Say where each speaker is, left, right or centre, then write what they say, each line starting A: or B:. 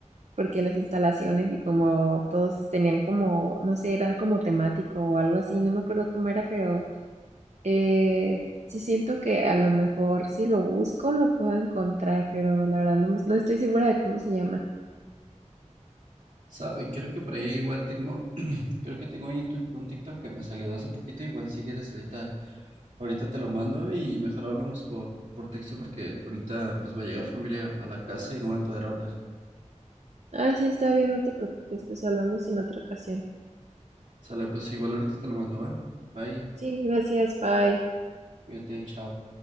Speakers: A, on the right (about 60°); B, on the right (about 80°).
A: porque las instalaciones y como todos tenían como, no sé, era como temático o algo así, no me acuerdo cómo era, pero Eh, sí siento que a lo mejor si lo busco lo puedo encontrar, pero la verdad no, me- no estoy segura de cómo se llama.
B: ¿Sabe? Creo que por ahí igual tengo... <clears throat> Creo que tengo ahí un, tu- un TikTok que me salió hace poquito, igual si quieres ahorita Ahorita te lo mando y mejor hablamos por, por texto porque ahorita pues va a llegar familia a a la casa y no voy a poder hablar.
A: Ah, sí, está bien, no te preocupes, pues hablamos en otra ocasión.
B: Sale, pues igual ahorita te lo mando, ¿va? Bye,
A: Sí, gracias, bye.
B: cuídate, chao.